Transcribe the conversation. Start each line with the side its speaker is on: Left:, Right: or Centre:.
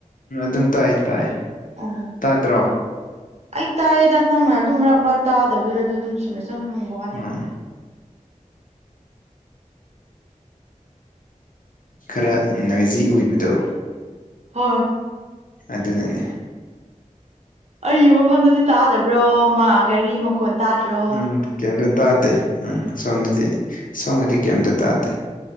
Left: ꯎꯝ ꯑꯗꯨꯝ ꯇꯥꯏ ꯇꯥꯏ
Right: ꯑꯣ
Left: ꯇꯥꯗ꯭ꯔꯣ
Right: ꯑꯩ ꯇꯥꯏꯌꯦꯗ ꯅꯪꯅ ꯑꯗꯨꯝ ꯃꯔꯛ ꯃꯔꯛ ꯇꯥꯗꯕꯗꯨꯗ ꯑꯗꯨ ꯑꯗꯨꯝ ꯆꯨꯝꯅ ꯁꯨꯝ ꯍꯪꯕ ꯋꯥꯅꯤ
Left: ꯎꯝ
Right: ꯑꯗ
Left: ꯈꯔ ꯅꯣꯏꯖꯤ ꯑꯣꯏꯕꯗꯣ
Right: ꯍꫭꯏ
Left: ꯑꯗꯨꯅꯥꯅꯦ
Right: ꯑꯩꯒꯤ ꯃꯐꯝꯗꯨꯗꯤ ꯇꯥꯗꯕ꯭ꯔꯣ ꯃꯥ ꯒꯥꯔꯤ ꯃꯈꯣꯟ ꯇꯥꯗ꯭ꯔꯣ
Left: ꯎꯝ ꯀꯩꯇ ꯇꯥꯗꯦ ꯎꯝ ꯁꯣꯝꯗꯗꯤ ꯁꯣꯝꯒꯤꯗꯤ ꯀꯩꯝꯇ ꯇꯥꯗꯦ